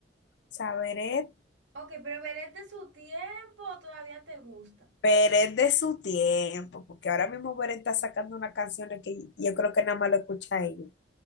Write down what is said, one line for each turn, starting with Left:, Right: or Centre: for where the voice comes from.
Left: sea, Beret,
Right: Ok, pero Veré de su tiempo todavía te gusta.
Left: Beret de su tiempo, porque ahora mismo Beret está sacando unas canciones que yo creo que nada más lo escucha ella.